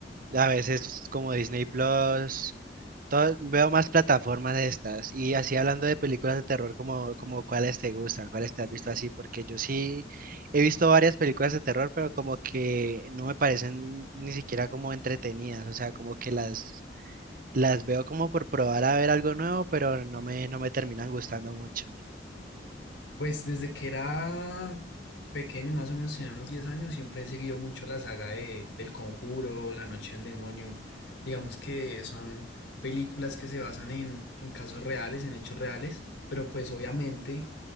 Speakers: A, on the right; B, on the left.
A: a veces como Disney Plus, todo- veo más plataformas de estas. Y así hablando de películas de terror, como, como cuáles te gustan, cuáles te has visto así, porque yo sí he visto varias películas de terror, pero como que no me parecen ni siquiera como entretenidas, o sea, como que las Las veo como por probar a ver algo nuevo, pero no me, no me terminan gustando mucho.
B: Pues desde que era pequeño, más o menos tenía unos 10 años, siempre he seguido mucho la saga de, del Conjuro, La Noche del Demonio. Digamos que son películas que se basan en, en casos reales, en hechos reales, pero pues obviamente